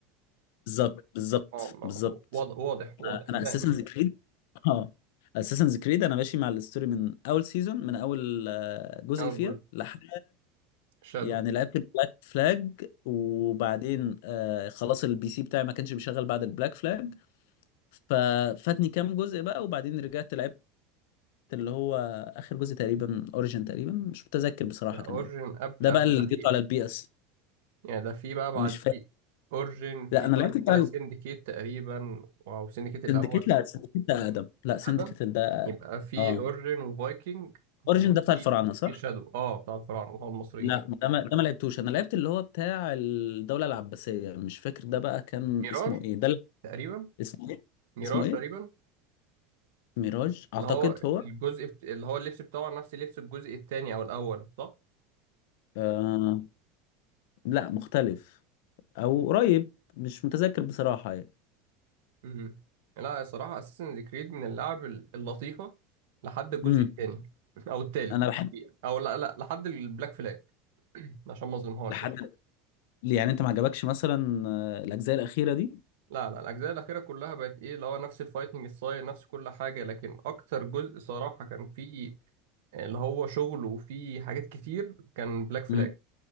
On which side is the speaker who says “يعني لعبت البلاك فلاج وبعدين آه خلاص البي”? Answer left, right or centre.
Left